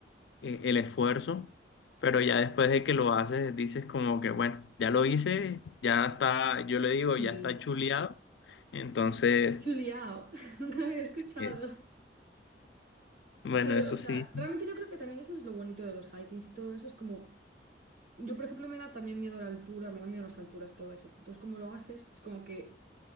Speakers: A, on the left; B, on the right.
A: eh, el esfuerzo, pero ya después de que lo haces, dices como que, bueno, ya lo hice, ya está, yo le digo,
B: Sí.
A: ya está chuleado. Entonces,
B: Chuliao, <laughs> nunca había escuchado.
A: eh, bueno,
B: Claro,
A: eso
B: o sea,
A: sí,
B: realmente yo creo que también eso es lo bonito de los hikings y todo eso. Es como, yo por ejemplo me da también miedo a la altura, me da miedo a las alturas, todo eso. Entonces, como lo haces, es como que